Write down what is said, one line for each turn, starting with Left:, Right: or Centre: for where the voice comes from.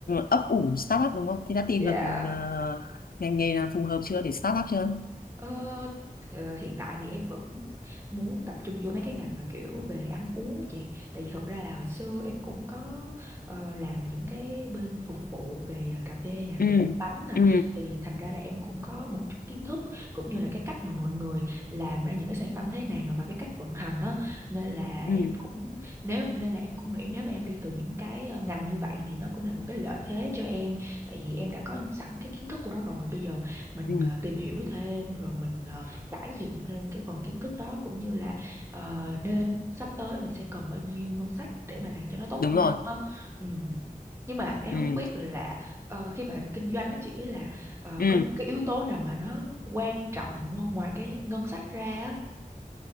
Left: ấp ủ startup đúng không thì đã tìm
Right: dạ
Left: được ờ, ngành nghề nào phù hợp chưa để startup chưa
Right: Ờ, ờ, hiện tại thì em vẫn muốn tập trung vô mấy cái ngành mà kiểu về ăn uống á chị tại vì thật ra là hồi xưa em cũng có ờ, làm những cái bên phục vụ về ờ, cà phê nè
Left: ừ
Right: về bánh nè
Left: ừ
Right: thì thành ra là em cũng có một chút kiến thức cũng như là cái cách mà mọi người làm ra những cái sản phẩm thế nào và cái cách vận hành đó nên là em
Left: ừ
Right: cũng nếu nên là em cũng nghĩ nếu mà em đi từ những cái ờ, ngành như vậy thì nó cũng là một cái lợi thế cho em tại vì em đã có sẵn cái kiến thức của nó rồi bây giờ mình
Left: ừ
Right: ờ, tìm hiểu thêm rồi mình ờ, cải thiện thêm cái phần kiến thức đó cũng như là ờ, nên sắp tới mình sẽ cần bao nhiêu ngân sách để mà làm cho nó tốt
Left: đúng
Right: hơn
Left: rồi
Right: đó. Ừ. Nhưng mà em
Left: ừ
Right: không biết là ờ, khi mà kinh doanh nó chỉ là ờ,
Left: ừ
Right: có cái yếu tố nào mà nó quan trọng không ngoài cái ngân sách ra á?